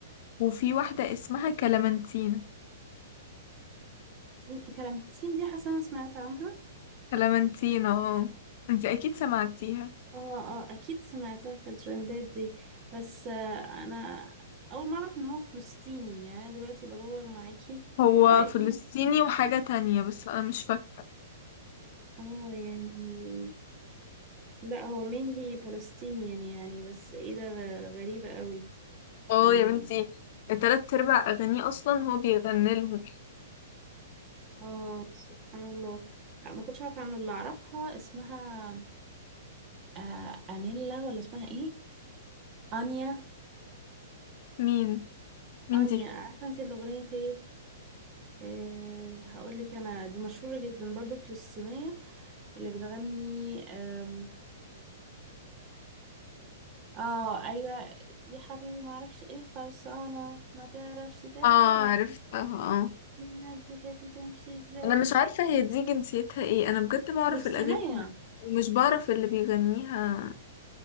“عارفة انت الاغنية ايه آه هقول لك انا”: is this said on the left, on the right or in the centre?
Right